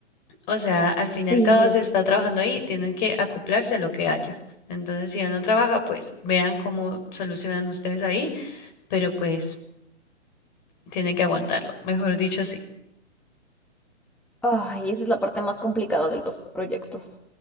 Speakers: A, on the left; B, in the centre.
A: O sea, al fin
B: Sí.
A: y al cabo se está trabajando ahí, tienen que acoplarse a lo que haya. Entonces, si él no trabaja, pues vean cómo solucionan ustedes ahí, pero pues tienen que aguantarlo, mejor dicho sí.
B: Ay, esa es la parte más complicada de los proyectos.